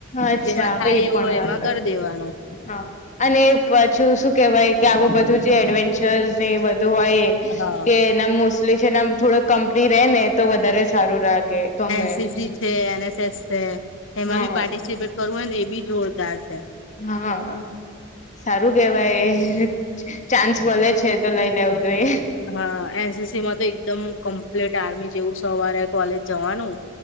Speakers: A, on the left (about 35°); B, on the left (about 65°).
A: અચ્છા
B: જેમાં થાય
A: એ
B: એવું
A: પણ
B: હોય
A: વાત
B: એમાં કર દેવાનું.
A: હા, અને પાછું શું કેહેવાય કે આવું બધું જે એડવેન્ચર્સ ને એ બધું હોય એ
B: હા
A: કે એના મોસ્ટલી છે એ થોડોક કંપની રે ને તો વધારે સારું લાગે ગમે.
B: એનસીસી છે. એન. એસ. એસ છે, એમાં
A: હા
B: બી પાર્ટિસિપેટ કરવું હોય ને, એ બી જોરદાર છે.
A: હા, સારું કેવાય. ચાન્સ મળે છે, તો લઈ લેવું જોઈએ.
B: હા, એન. સી. સીમાં તો એકદમ કમ્પ્લીટ આર્મી જેવું સવારે કોલેજ જવાનું.